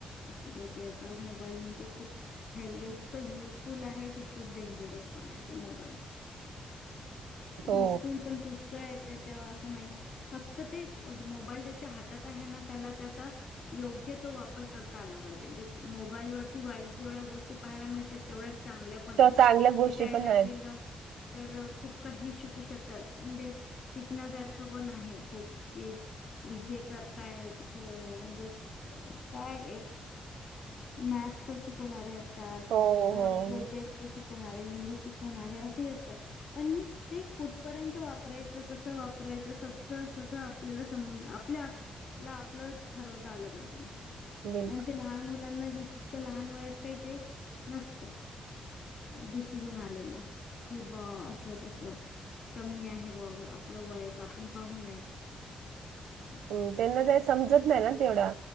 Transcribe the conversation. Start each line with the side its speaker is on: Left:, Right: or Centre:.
Left: असंच आहे ते आता मोबाईल म्हणजे खूप हेल्थला इतकं युजफुल आहे तितकंच डेंजरस <unintelligible> बनाय तो मोबाईल
Right: हो
Left: युसफुल पण पुष्कळ आहेत त्याच्या <unintelligible> नाही फक्त ते -मोबाईल जेच्या हातात आहे ना त्याला त्याचा योग्य तो वापर <unintelligible> करता आला पाहिजे- मोबाईल वरती वाईट जेवढ्या गोष्टी पाहायला मिळतात तेवढ्या चांगल्या पण
Right: च-
Left: आहेत
Right: चांगल्या गोष्टी
Left: शिकायला
Right: पण आहेत.
Left: गेलं तर खूप काही शिकु शकतात म्हणजे शिकण्यासारखं पण आहे खूप की जे करतायत अ-म्हणजे काय मॅथ्स पण शिकवणारे अस <unintelligible>
Right: हो हो
Left: परत
Right: हो.
Left: प्रोजेक्ट शिकवणारे, इंग्लिश शिकवणारे असेही असतात पण ते कुठपर्यंत वापरायचं कसं वापरायचं सगळं- सगळं आपल्याला स -आपल्या ला आपलं ठरवता आलं पाहिजे
Right: बिलकुल
Left: आणि ते लहान मुलांना त्या लहान वयात काही ते नसते डिसिजन आलेलं की ब -असं तस कमी आहे बा आपलं वय तर आपण पाहू नये असं
Right: हो त्यांना ते समजत नाही ना तेवढा